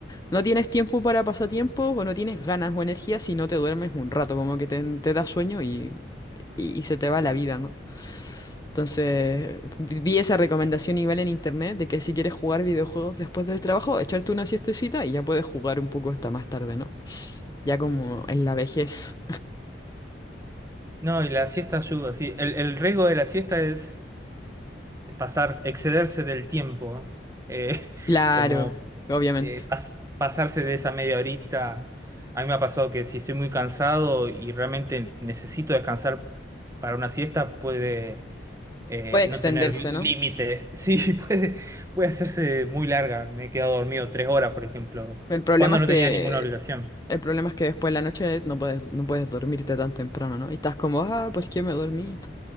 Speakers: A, on the left; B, on the right.
A: No tienes tiempo para pasatiempos o no tienes ganas o energía si no te duermes un rato, como que te, te da sueño y, y- y se te va la vida, ¿no? Entonces, vi esa recomendación igual en internet de que si quieres jugar videojuegos después del trabajo, echarte una siestecita y ya puedes jugar un poco hasta más tarde, ¿no? Ya como en la vejez.
B: No, y la siesta ayuda, sí. El, el riesgo de la siesta es pasar, excederse del tiempo, eh, <laughs>
A: Claro,
B: como
A: obviamente.
B: eh, pas- pasarse de esa media horita. A mí me ha pasado que si estoy muy cansado y realmente necesito descansar para una siesta, puede eh,
A: Puede extenderse,
B: no tener lí-
A: ¿no?
B: límite. <laughs> Sí, puede, puede hacerse muy larga. Me he quedado dormido tres horas, por ejemplo,
A: El problema
B: cuando
A: es
B: no
A: que
B: tenía ninguna obligación.
A: el problema es que después de la noche no puedes no puedes dormirte tan temprano, ¿no? Y estás como, "Ah, pues que me dormí."